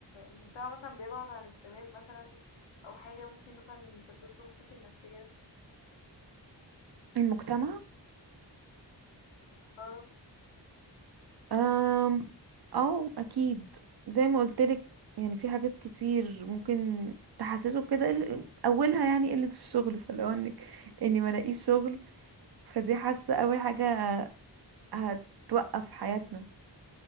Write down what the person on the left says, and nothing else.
المجتمع مثلا بيضغط عن الشباب مثلا أو حاجة ممكن مثلا يسبب له مشاكل نفسية
اه